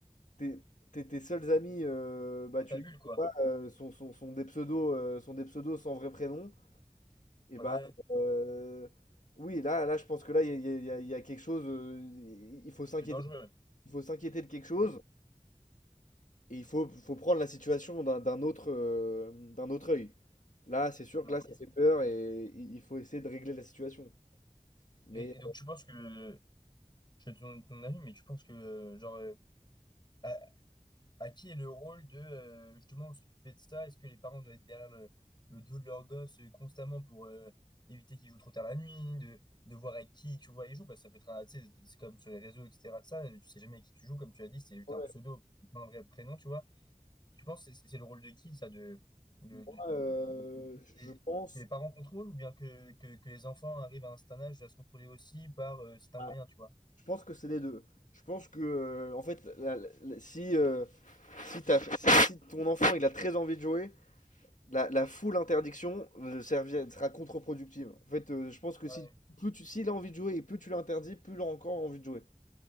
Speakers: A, on the left; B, on the left.
A: tes, tes, tes seuls amis, euh, bah,
B: Dans
A: tu
B: ta bulle,
A: les connais
B: quoi.
A: pas, euh, sont, sont, sont des pseudos, euh, sont des pseudos sans vrai prénom, et
B: Ouais,
A: bah, euh, oui, là, là, je pense que là, il y a, il y a- il y a- il y a quelque chose, euh, il faut s'inquiéter,
B: c'est dangereux.
A: il faut s'inquiéter de quelque chose.
B: Mm.
A: Et il faut, faut prendre la situation d'un d'un autre, euh, d'un autre œil. Là, c'est sûr
B: Ouais.
A: que là, ça fait peur et il il faut essayer de régler la situation. Mais
B: Et, et donc tu penses que, je fais ton, ton avis, mais tu penses que, euh, genre, euh, à, À qui est le rôle de euh, justement s'occuper de ça? Est-ce que les parents doivent être derrière le, le dos de leur gosse euh, constamment pour euh, éviter qu'ils jouent trop tard la nuit, de, de voir avec qui tu vois ils jouent, parce que ça peut être, un- tu sais, c'est comme sur les réseaux, etc. de ça, euh, tu sais jamais avec qui tu joues, comme tu l'as dit, c'est juste
A: ouais,
B: un pseudo, pas un vrai prénom, tu vois. Tu penses que c'est c'est le rôle de qui, ça, de, de,
A: moi,
B: de- de-
A: euh,
B: de-
A: je
B: de-
A: pense,
B: que les parents contrôlent ou bien que, que, que les enfants arrivent à un certain âge à se contrôler aussi par euh, certains
A: à-
B: moyens, tu vois?
A: je pense que c'est les deux. Je pense que, euh, en fait, la- la- la- si, euh, si, t'as- si, si ton enfant il a très envie de jouer, la, la full interdiction euh, servi- sera contre-productive. En fait, euh, je pense que
B: Ouais.
A: si plus tu, s'il a envie de jouer et plus tu l'interdis, plus il aura encore envie de jouer.